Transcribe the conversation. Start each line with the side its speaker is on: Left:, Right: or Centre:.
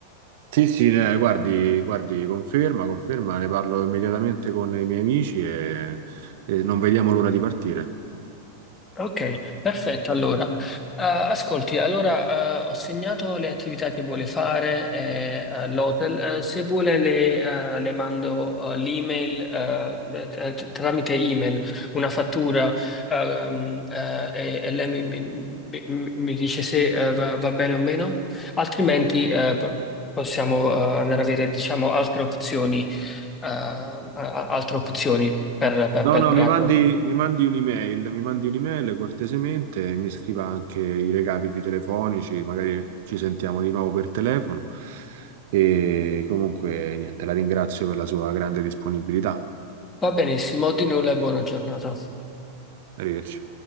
Right: Sì, sì, eh, guardi, guardi, conferma, conferma, ne parlo immediatamente con i miei amici e, e non vediamo l'ora di partire.
Left: Ok, perfetto. Allora, Eh, ascolti, allora eh, ho segnato le attività che vuole fare eh, all'hotel. Eh, se vuole le, eh, le mando eh, l'email eh, eh, t- tramite email, una fattura ehm, eh, e, e lei mi, mi- mi- mi dice se eh, va, va bene o meno, altrimenti eh, p- possiamo eh, andare a vedere diciamo, altre opzioni, eh, a- a- altre opzioni per per-
Right: No,
Left: per
Right: no,
Left: Brighton.
Right: mi mandi, mi mandi un'email, mi mandi un'email cortesemente, mi scriva anche i recapiti telefonici, magari ci sentiamo di nuovo per telefono e comunque niente, la ringrazio per la sua grande disponibilità.
Left: Va benissimo, di nulla e buona giornata.
Right: Arrivederci.